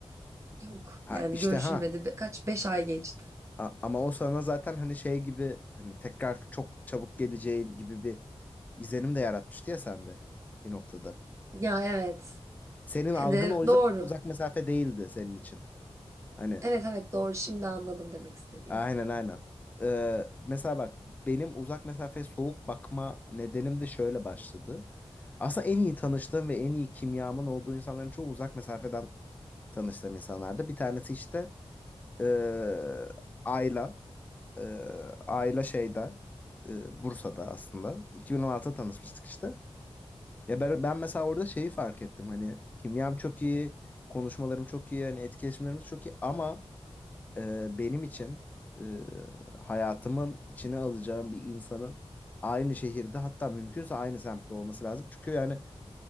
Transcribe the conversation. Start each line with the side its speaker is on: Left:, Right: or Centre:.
Right: yok.
Left: Ha
Right: Yani
Left: işte
Right: görüşülmedi.
Left: ha
Right: Be- Kaç? Beş ay geçti.
Left: A- ama o sana zaten hani şey gibi hani tekrar çok çabuk geleceğin gibi bir izlenim de yaratmıştı ya sende bir noktada.
Right: Ya evet.
Left: Senin
Right: Hani
Left: algın o yüzden
Right: doğru.
Left: çok uzak mesafe değildi senin için. Hani
Right: Evet evet doğru. Şimdi anladım demek istediğini.
Left: aynen aynen. Ee, mesela bak benim uzak mesafeye soğuk bakma nedenim de şöyle başladı. Aslında en iyi tanıştığım ve en iyi kimyamın olduğu insanların çoğu uzak mesafeden tanıştığım insanlardı. Bir tanesi işte ee, Ayla. Ee, Ayla şeyde e, Bursa'da aslında. 2016'da tanışmıştık işte. Ya ben, ben mesela orada şeyi fark ettim. Hani kimyam çok iyi, konuşmalarım çok iyi, hani etkileşimlerimiz çok iyi ama e, benim için e, hayatımın içine alacağım bir insanın aynı şehirde hatta mümkünse aynı semtte olması lazım. Çünkü yani